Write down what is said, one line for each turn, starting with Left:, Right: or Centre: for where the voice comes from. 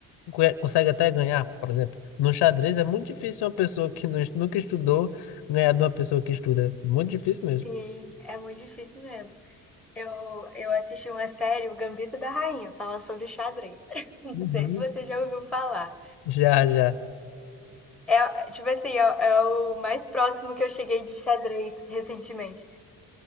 Left: conhe- consegue até ganhar, por exemplo. No xadrez é muito difícil uma pessoa que não, nunca estudou ganhar de uma pessoa que estuda. Muito difícil mesmo.
Centre: Sim, é muito difícil mesmo. Eu, eu assisti uma série, O Gambito da Rainha, fala sobre xadrez. <laughs> Não
Left: Uhum.
Centre: sei se você já ouviu falar.
Left: Já, já.
Centre: É, tipo assim, é, é o mais próximo que eu cheguei de xadrez recentemente.